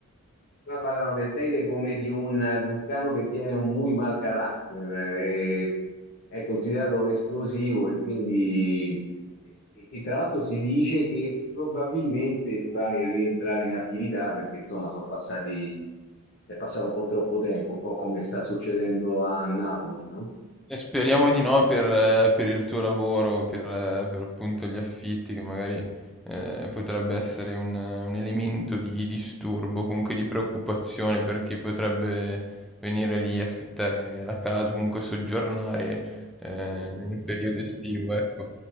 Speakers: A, on the left (about 45°); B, in the centre.
A: qua parlano del Teide come di un vulcano che tiene un muy mal carácter, eh, è considerato esplosivo e quindi, e, e tra l'altro si dice che probabilmente dovrà rientrare in attività perché insomma sono passati, è passato un po' troppo tempo, un po' come sta succedendo a Napoli, no?
B: E speriamo di no per, eh, per il tuo lavoro, per, eh, per appunto gli affitti, che magari eh, potrebbe essere un, un elemento di disturbo, comunque di preoccupazione per chi potrebbe venire lì e affittare la casa, comunque soggiornare eh, nel periodo estivo, ecco.